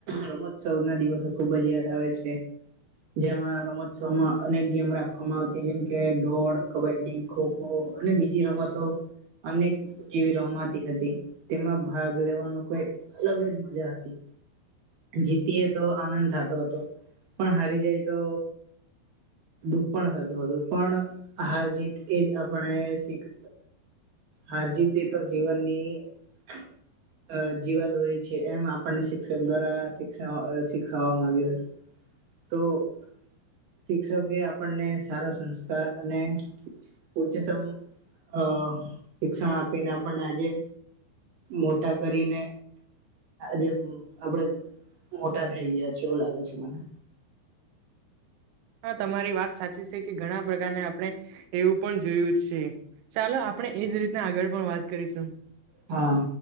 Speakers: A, on the right; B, on the right.
A: રમોત્સવ <unintelligible> ના દિવસો ખુબ જ યાદ આવે છે જેમાં રમોત્સવમાં અનેક ગેમ રાખવામાં આવતી જેમકે દોડ કબડ્ડી ખોખો અને બીજી રમતો અનેક જેવી રમાતી હતી તેમાં ભાગ લેવાનો કોઈ અલગ જ મજા આતી. જીતીએ તો આનંદ થતો હતો પણ હારી જાય તો દુખ પણ થતું હતું પણ હાર જીત એજ આપણે શીખ હાર જીત તે તો જીવનની <unintelligible> જીવાદોરી છે એમ આપણને શિક્ષક દ્વારા શિકષ શીખવામાં આવ્યું હતું તો <inaudible> શિક્ષકે આપણને સારા સંસ્કાર અને ઉચ્ચતમ અ શિક્ષણ આપીને પણને આજે મોટા કરીને જે આપડે મોટા થઈ ગયા છેએ એવું લાગે છે મને.
B: હા તમારી વાત સાચી છે કે ઘણા પ્રકારને આપણે એવું પણ જોયું છે ચાલો આપણે એજ રીતના આગળ પણ વાત કરીશું.
A: હા